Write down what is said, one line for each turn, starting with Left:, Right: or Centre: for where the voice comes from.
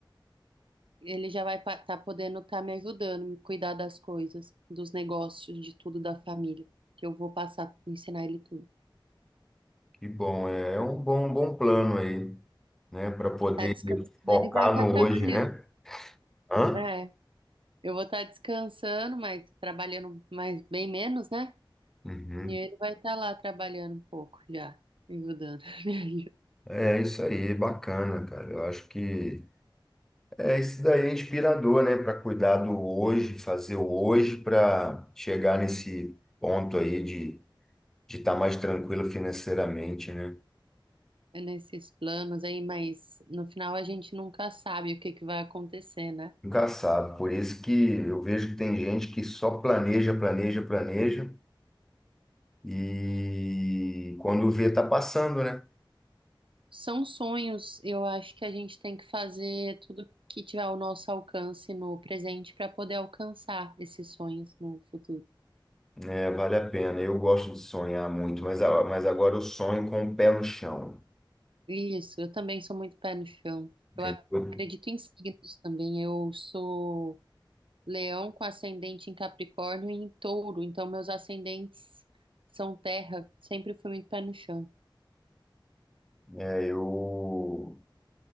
Right: Ele já vai estar tá podendo estar me ajudando, me cuidar das coisas, dos negócios, de tudo da família, que eu vou passar, ensinar ele tudo.
Centre: que bom, é, é um bom, um bom plano aí, né? Para poder
Right: Tá descansando,
Centre: focar
Right: ele vai estar
Centre: no
Right: trabalhando.
Centre: hoje, né? Hã?
Right: É, eu vou estar descansando, mas trabalhando mais, bem menos, né?
Centre: Uhum.
Right: E ele vai estar lá trabalhando um pouco já, me ajudando, <laughs> me ajuda
Centre: É isso aí, bacana, cara. Eu acho que é isso daí é inspirador, né? Para cuidar do hoje, fazer o hoje para chegar nesse ponto aí de de estar mais tranquilo financeiramente, né?
Right: nesses planos aí, mas no final a gente nunca sabe o que que vai acontecer, né?
Centre: Nunca sabe. Por isso que eu vejo que tem gente que só planeja, planeja, planeja e quando vê tá passando, né?
Right: São sonhos, eu acho que a gente tem que fazer tudo que tiver ao nosso alcance no presente para poder alcançar esses sonhos no futuro.
Centre: É, vale a pena. Eu gosto de sonhar muito, mas, a- mas agora eu sonho com o pé no chão,
Right: Isso, eu também sou muito pé no chão.
Centre: entendeu?
Right: Eu ac- acredito em signos também. Eu sou leão com ascendente em Capricórnio e em touro, então meus ascendentes são terra. Sempre fui muito pé no chão.
Centre: É, eu,